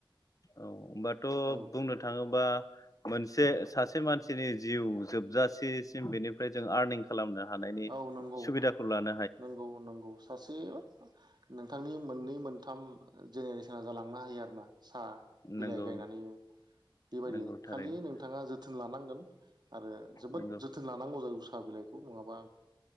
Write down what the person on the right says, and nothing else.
औ
औ नंगौ
नंगौ नंगौ सासे नोंथांनि मोननै मोनथाम जेनेरेसना जालांनो हायो आरो ना साहा बिलाइ
गायनानै बेबायदि
खालि नोंथाङा जोथोन लानांगोन आरो जोबोद
जोथोन लानांगौ साहा बिलाइखौ नङाबा